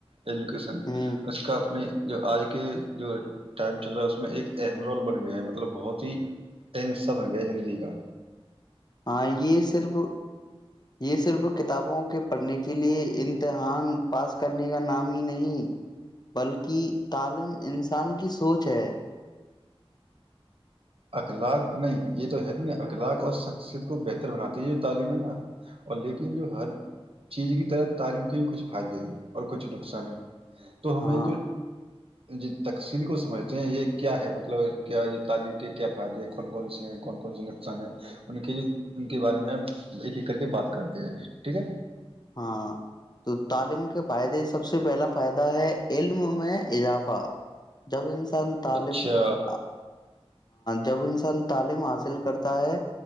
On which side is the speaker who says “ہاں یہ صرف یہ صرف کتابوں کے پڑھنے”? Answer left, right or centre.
Left